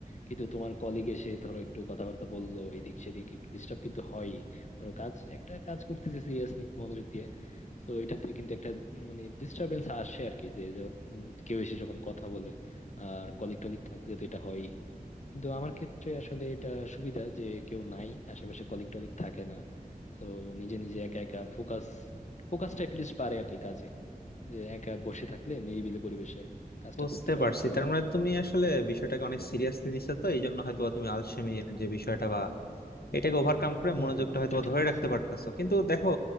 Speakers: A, on the left (about 50°); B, on the left (about 80°).
A: কিন্তু তোমার কলিগ এসে ধরো একটু কথাবার্তা বললো এদিক সেদিক একটু ডিস্টার্ব কিন্তু হয় ধরো কাজ একটা কাজ করতেছি সিরিয়াসলি মনোযোগ দিয়ে তো এটাতে কিন্তু একটা উম, মানে ডিস্টারবেন্স আসে আর কি যে য- উম, কেউ এসে যখন কথা বলে আর কলিগ টলিগ থাকলে তো এটা হয় কিন্তু আমার ক্ষেত্রে আসলে এটা সুবিধা যে কেউ নাই আশেপাশে কলিগ টলিগ থাকে না তো নিজে নিজে একা একা ফোকাস ফোকাসটা লিস্ট পারে আর কি যে একা বসে থাকলে নিরিবিলি পরিবেশে কাজটা
B: বুঝতে
A: করতে পারি
B: পারছি
A: ভালোভাবে
B: তার মানে তুমি আসলে বিষয়টাকে অনেক সিরিয়াসলি নিছো তো এই জন্য হয়তো তুমি আলসেমির যে বিষয়টা বা এটাকে ওভারকাম করে
A: হম
B: মনোযোগটা
A: হম
B: হয়তো
A: এটা
B: বা
A: ঠিক
B: ধরে
A: বলছো
B: রাখতে পারতেছো কিন্তু দেখো